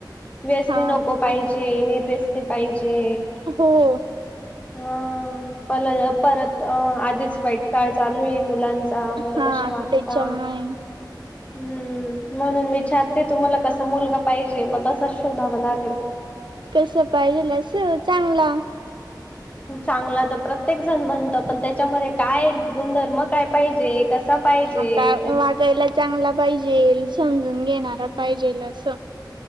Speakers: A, on the left; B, on the right.
A: व्यसनी
B: हा
A: नको पाहिजे. निर्व्यसनी पाहिजे.
B: हो.
A: ह. प परत आधीच वाईट काळ चालू आहे मुलांचा. का मुलं
B: हा
A: कशी वागता?
B: त्याच्यामुळे
A: हम्म. म्हणून विचारते तुम्हाला कसा मुलगा पाहिजे? - मग तसा शोधावा लागेल.
B: कस पाहिजेल असं? चांगला.
A: चांगला तर प्रत्येक जण म्हणत. पण त्याच्यामध्ये काय, गुणधर्म काय पाहिजे? कसा पाहिजे
B: आता
A: ते
B: वागायला चांगला पाहिजे समजून घेणारा पाहिजेल असं.